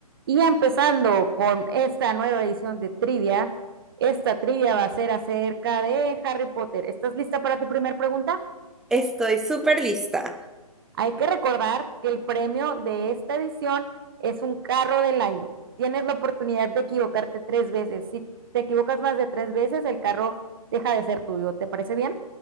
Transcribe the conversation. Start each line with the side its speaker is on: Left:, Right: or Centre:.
Right: Y empezando con esta nueva edición de trivia, esta trivia va a ser acerca de Harry Potter. ¿Estás lista para tu primera pregunta?
Centre: Estoy súper lista.
Right: Hay que recordar que el premio de esta edición es un carro del año. Tienes la oportunidad de equivocarte tres veces. Si te equivocas más de tres veces, el carro deja de ser tuyo. ¿Te parece bien?